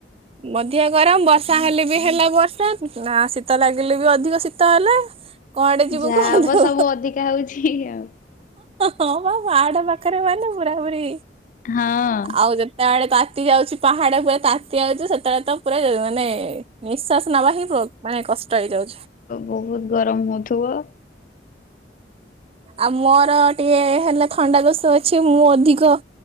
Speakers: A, on the right (about 35°); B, on the left (about 45°).
A: ବଧିଆ ଗରମ ବର୍ଷା ହେଲେ ବି ହେଲା ବର୍ଷା ନା ଶୀତ ଲାଗିଲେ ବି ଅଧିକ ଶୀତ ହେଲା। କୁଆଁଡ଼େ ଯିବୁ
B: ଯାହା
A: କୁହନ୍ତୁ।
B: ହବ ସବୁ ଅଧିକା ହଉଛି ଆଉ।
A: ହଁ ବା ପାହାଡ଼ ପାଖରେ ମାନେ ପୁରା ପୁରି
B: ହଁ।
A: ଆଉ ଯେ ତାଆଡ଼େ ତାତି ଯାଉଛି ପାହାଡ଼ ପୁରା ତାତ୍ ତିଆଉଚୁ ସେତେବେଳେ ତ ପୁରା ଏ-ଏ-ଏ ମାନେ ନିଶ୍ବାସ ନବା ହିଁ ପ୍ରୋବ ମାନେ କଷ୍ଟ ହେଇଯାଉଛି।
B: ବହୁତ୍ ଗରମ୍ ହୋଉଥିବ।
A: ଆ ମୋର ଟିକେ ହେଲେ ଥଣ୍ଡା ଦୋଷ ଅଛି ମୁଁ ଅଧିକ